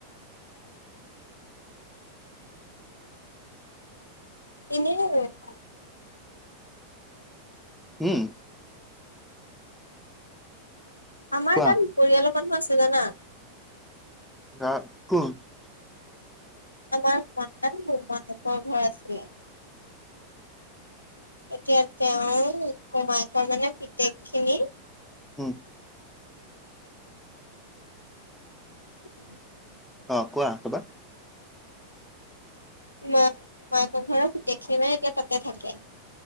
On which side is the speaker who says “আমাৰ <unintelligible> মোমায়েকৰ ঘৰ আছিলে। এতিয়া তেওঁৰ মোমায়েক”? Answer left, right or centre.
Left